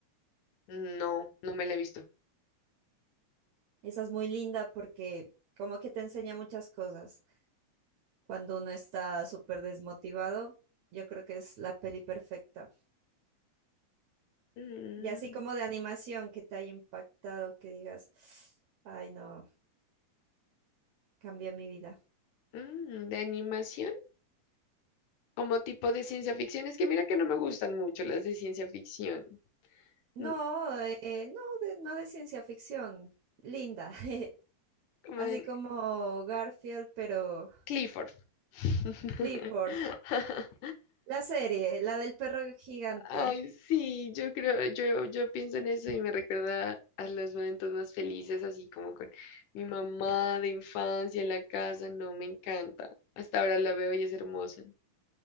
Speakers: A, on the left; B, on the right.
A: no, no me la he visto.
B: Esa es muy linda porque como que te enseña muchas cosas. Cuando uno está súper desmotivado, yo creo que es la peli perfecta.
A: Mm,
B: Y así como de animación que te haya impactado, que digas, ay no, cambió mi vida.
A: mm, de animación, como tipo de ciencia ficción. Es que mira que no me gustan mucho las de ciencia ficción.
B: No,
A: Mm,
B: eh, no, de, no de ciencia ficción, linda. <laughs>
A: Como
B: Así
A: de
B: como Garfield, pero
A: Clifford. <laughs>
B: Clifford, la serie, la del perro gigante.
A: Ay, sí, yo creo, yo, yo pienso en eso y me recuerda a los momentos más felices, así como con mi mamá de infancia en la casa, no, me encanta. Hasta ahora la veo y es hermosa,